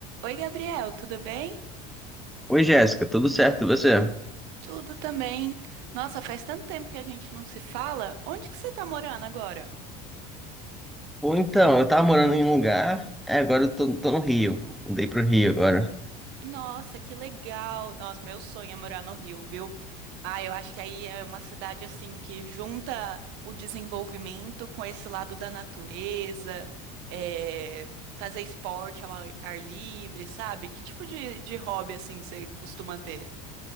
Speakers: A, on the right (about 65°); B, in the centre.
A: Oi, Gabriel, tudo bem?
B: Oi, Jéssica, tudo certo e você?
A: Tudo também. Nossa, faz tanto tempo que a gente não se fala. Onde que você tá morando agora?
B: Ou então, eu tava morando em um lugar, é, agora eu tô, tô no Rio. Mudei pro Rio agora.
A: Nossa, que legal. Nossa, meu sonho é morar no Rio, viu? Ah, eu acho que aí é uma cidade assim que junta o desenvolvimento com esse lado da natureza, é, fazer esporte ao ar ar livre, sabe? Que tipo de, de hobby assim você costuma ter?